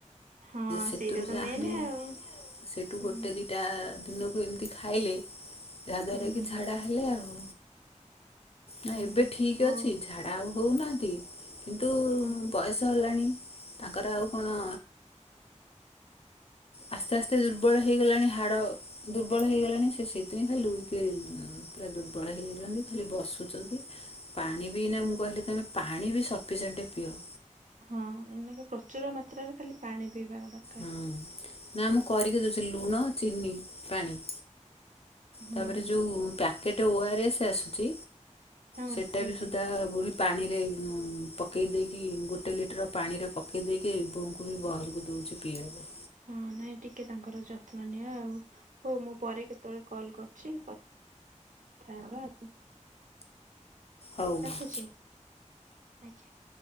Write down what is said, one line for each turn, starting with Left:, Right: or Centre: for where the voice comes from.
Right: ହଁ
Left: ସେତୁରୁ
Right: ସେଇଟା ତ
Left: ଯାହା
Right: ମେନ୍
Left: ହେଲେ
Right: ଆଉ
Left: ସେଠୁ
Right: ହୁଁ
Left: ଗୋଟେ ଦିଟା ଦିନକୁ ଏମତି ଖାଇଲେ ଯାହା ଦ୍ଵାରା
Right: ହୁଁ।
Left: କି ଝା ହେଲେ ଆଉ
Right: ହଁ
Left: ନା ଏବେ ଠିକ
Right: ହଉ
Left: ଅଛି ଝାଡା ଆଉ ହଉନାହାନ୍ତି। କିନ୍ତୁ
Right: ହୁଁ।
Left: ବୟସ ହେଲାଣି ତାଙ୍କର ଆଉ କଣ ଆସ୍ତେ ଆସ୍ତେ ଦୁର୍ବଳ ହେଇଗଲାଣି ହାଡ ଦୁର୍ବଳ ହେଇଗଲାଣି ସେ ସେଇଥିନି ଖାଲି ଲୁଇକି ପୁରା ଦୁର୍ବଳ ହେଇଯାଇଚନ୍ତି ଖାଲି ବସୁଚନ୍ତି। ପାଣି ବି ନା ମୁଁ କହିଲି ତମେ ପାଣି ବି ସପିସେଣ୍ଟେ ପିଅ।
Right: ହଁ ଏଇନା କେ ପ୍ରଚୁର ମାତ୍ରାରେ ଖାଲି ପାଣି ପିଇବା କଥା।
Left: ହୁଁ, ନା ମୁଁ କରିକି ଦଉଛି ଲୁଣ ଚିନି ପାଣି।
Right: ହୁଁ
Left: ତାପରେ ଯୋଉ ପ୍ୟାକେଟ୍ ଓ ଆର ଏସ୍ ଆସୁଛି।
Right: ହଁ
Left: ସେଟା
Right: ସେ
Left: ବି ସୁଦ୍ଧା ପୁଣି ପାଣିରେ ଉଁ, ପକେଇ ଦେଇକି ଗୋଟେ ଲିଟର୍ ପାଣିରେ ପକେଇ ଦେଇକି ବୋଉଙ୍କୁ ବି ବାହାରକୁ ଦଉଛି ପିଇବାକୁ।
Right: ହଁ ନାଇଁ ଟିକେ ତାଙ୍କର ଯତ୍ନ ନିଅ ଆଉ। ହଉ ମୁଁ ପରେ କେତେବେଳେ କଲ୍ କରୁଛି କଥା ହବ ଆଉ।
Left: ହଉ
Right: ରଖୁଛି
Left: ମା'
Right: ଆଜ୍ଞା।